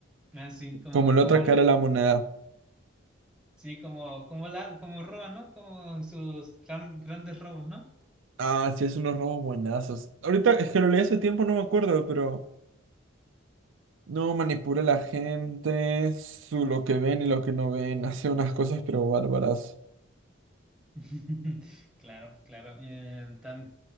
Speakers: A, in the centre; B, on the right.
A: ah, sí, como,
B: como la
A: como,
B: otra cara de la moneda.
A: sí, como, como la, como roban, ¿no? Como sus gran- grandes robos, ¿no?
B: Ah, sí, es unos robos buenazos. Ahorita es que lo leí hace tiempo, no me acuerdo, pero no manipula a la gente, su, lo que ven y lo que no ven, <laughs> hace unas cosas pero bárbaras.
A: <laughs> Claro, claro. Eh, tam-